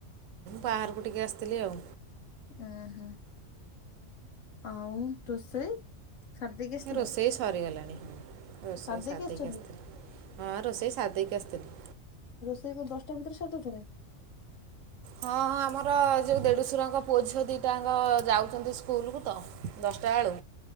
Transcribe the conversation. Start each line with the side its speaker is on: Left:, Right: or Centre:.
Right: ବାହାରକୁ ଟିକେ ଆସିଥିଲି ଆଉ।
Left: ଆହା ଆଉ ରୋଷେଇ। ସାରି ଦେଇକି ଆସିଥିଲେ
Right: ରୋଷେଇ ସରିଗଲାଣି ହଁ ରୋଷେଇ
Left: ସାରି
Right: ସାରଦେଇ
Left: ଦେଇକି ଆସିଛନ୍ତି?
Right: କି ଆସିଥିଲି ହଁ ରୋଷେଇ ସରଦେଇକି ଆସିଥିଲି।
Left: ସେ ଦଶଟା ଭିତରେ ସାର୍ ଦେଉଛନ୍ତି।
Right: ହଁ ହଁ ଆମର ଯୋଉ ଦେଢୁଶରଙ୍କ ପୁଅ ଝିଅ ଦିଟା ଟାଙ୍କ ଯାଉଛନ୍ତି ସ୍କୁଲକୁ ତ ଦଶଟା ବେଳୁ